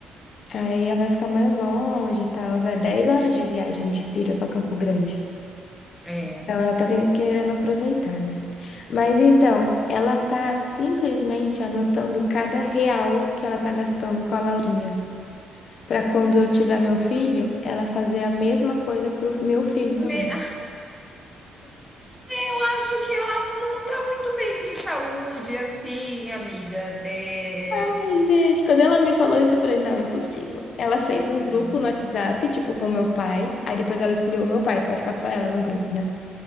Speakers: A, on the left; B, in the centre.
A: Aí ela vai ficar mais longe e tal. É 10 horas de viagem de Pira pra Campo Grande.
B: É.
A: Então, ela tá ten- querendo aproveitar, né? Mas então, ela tá simplesmente anotando cada real que ela tá gastando com a Laurinha, Pra quando eu tiver meu filho, ela fazer a mesma coisa pro meu filho
B: Me-
A: também.
B: Eu acho que ela não tá muito bem de saúde, assim, amiga. É
A: Ai, gente, quando ela me falou isso, eu falei, não, impossível. Ela fez
B: impossível.
A: um grupo no WhatsApp, tipo, com meu pai, aí depois ela excluiu o meu pai pra ficar só ela no grupo, né?